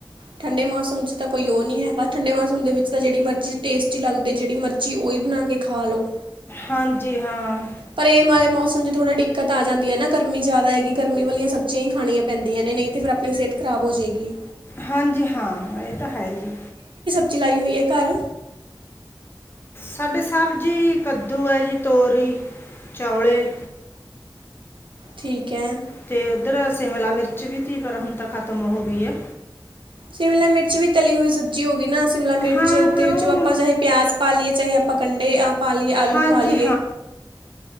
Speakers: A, on the right (about 80°); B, on the left (about 25°).
A: ਠੰਡੇ ਮੌਸਮ ਚ ਤਾਂ ਕੋਈ ਉਹ ਨਹੀਂ ਹੈਗਾ, ਠੰਡੇ ਮੌਸਮ ਦੇ ਵਿੱਚ ਤਾਂ ਜਿਹੜੀ ਮਰਜ਼ੀ ਟੇਸਟੀ ਲੱਗਦੇ ਜਿਹੜੀ ਮਰਜ਼ੀ ਉਹੀ ਬ ਬਣਾ ਕੇ ਖਾ ਲੋੋ
B: ਹਾਂਜੀ, ਹਾਂ।
A: ਪਰ ਇਹ ਮ ਮੌਸਮ ਚ ਥੋੜਾ ਦਿੱਕਤ ਆ ਜਾਂਦੀ ਹੈ ਨਾ, ਗਰਮੀ ਜ਼ਿਆਦਾ ਹੈਗੀ, ਗਰਮੀ ਵਾਲੀਆਂ ਸਬਜ਼ੀਆਂ ਹੀ ਖਾਣੀਆਂ ਪੈਂਦੀਆਂ ਨੇ। ਨਹੀਂ ਤੇ ਫਿਰ ਆਪਣੀ ਸਿਹਤ ਖ਼ਰਾਬ ਹੋ ਜਾਏਗੀ।
B: ਹਾਂਜੀ ਹਾਂ। ਇਹ ਤਾਂ ਹੈ। ਜੀ
A: ਚਲਾਈ ਹੋਈ ਹੈ ਘਰ
B: ਸਾਡੇ ਸਬਜੀ ਕੱਦੂ ਹੈ ਜੀ, ਤੋਰੀ ਚੌਲੇ
A: ਠੀਕ ਹੈ।
B: ਤੇ ਉੱਧਰ ਸ਼ਿਮਲਾ ਮਿਰਚ ਵੀ ਤੀ ਪਰ ਹੁਣ ਤਾਂ ਖਤਮ ਹੋ ਗਈ ਹੈ
A: ਸ਼ਿਮਲਾ ਮਿਰਚ ਵੀ ਤਲੀ ਹੋਈ ਸਬਜ਼ੀ ਹੋ ਗਈ ਨਾ ਸ਼ਿਮਲਾ ਮਿਰਚ
B: ਹਾਂ ਫਿਰ
A: ਦੇ
B: ਉਹ
A: ਆਪਾਂ
B: ਹੁਣ
A: ਚਾਹੇ ਪਿਆਜ ਪਾ ਲਈਏ। ਚਾਹੇ ਆਪਾਂ ਕੰਢੇ ਆ ਪਾ ਲਈਏ ਆਲੂ
B: ਹਾਂਜੀ
A: ਪਾ ਲਈਏ